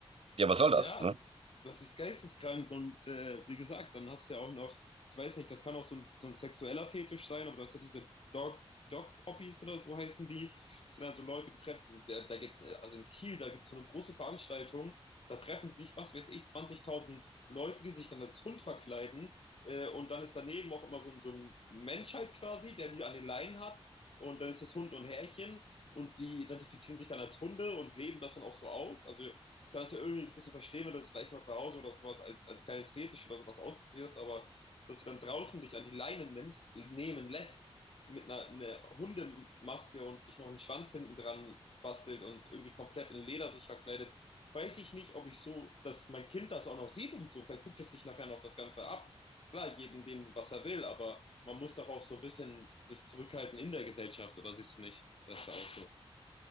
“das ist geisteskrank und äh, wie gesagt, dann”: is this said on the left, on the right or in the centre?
Left